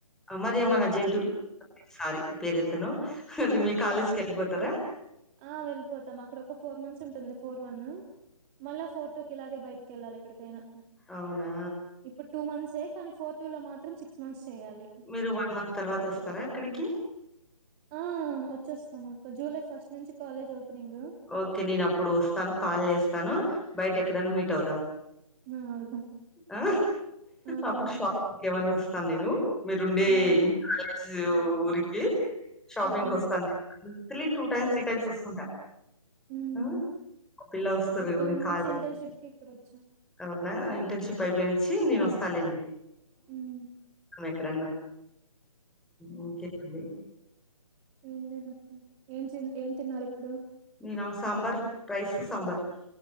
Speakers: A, in the centre; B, on the right (about 20°).
A: మరి ఏమన జెంట్యు సారీ పేరెత్తను మీ కాలేజ్కి ఎళ్ళిపోతరా
B: ఆ వెళ్ళిపోతాం అక్కడ ఒక ఫోర్ మంత్స్ ఉంటుంది ఫోర్ వన్న్ మళ్ళా ఫోర్ టు కిలాగే బయటికెళ్ళాలెక్కడికైనా
A: అవునా
B: ఇప్పుడు టూ మంత్సే కనీ ఫోర్ టూ లో మాత్రం సిక్స్ మంత్స్ చేయాలి
A: మీరు వన్ మంత్ తర్వాత వస్తరా ఇక్కడికి
B: ఆ వచ్చేస్తాం అక్క జూలై ఫస్ట్ నుంచి కాలేజ్ ఓపెనింగ్
A: ఓకే నేను అప్పుడు వస్తాను కాల్ చేస్తాను బయట ఎక్కడనా మీట్ అవుదాం
B: హా అవుదాం
A: ఆ
B: ఆ!
A: అప్పుడు షాప్కి ఏమన్నా వస్తాను నేను మీరుండే
B: హ్మ్
A: ఆజు ఊరికి షాపింగ్
B: హ్మ్
A: వస్తాను actually two times three times వస్తుంటా
B: హ్మ్
A: హ ఒ పిల్లా వస్తారు
B: ఇప్పుడు
A: ఈ వినింగ్
B: మంత్స్
A: కాల్ చేయ్
B: ఇంటర్న్‌షిప్‌కి ఇక్కడొచ్చా.
A: తర్వాతన ఇంటర్న్షిప్ అయిపోయి నుంచి నేను వస్తాలేండి
B: హ్మ్.
A: ఇక్కడన్నా ఉమ్ ఒకే అండి
B: ఏం లే దక్క ఏం చె ఏం తిన్నారు ఇప్పుడు
A: నేనా సాంబార్ రైస్ సాంబర్